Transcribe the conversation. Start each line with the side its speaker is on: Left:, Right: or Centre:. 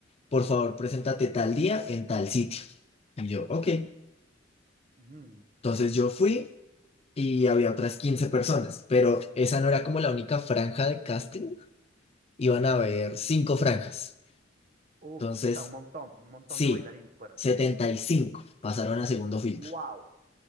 Left: por favor, preséntate tal día en tal sitio. Y yo, ok.
Right: Mm,
Left: Entonces
Right: interesante.
Left: yo fui y había otras 15 personas, pero esa no era como la única franja de casting, iban a haber cinco franjas.
Right: Uf,
Left: Entonces
Right: o sea, un montón, un montón
Left: Sí,
Right: de bailarines fueron.
Left: 75 pasaron a segundo filtro.
Right: Wow,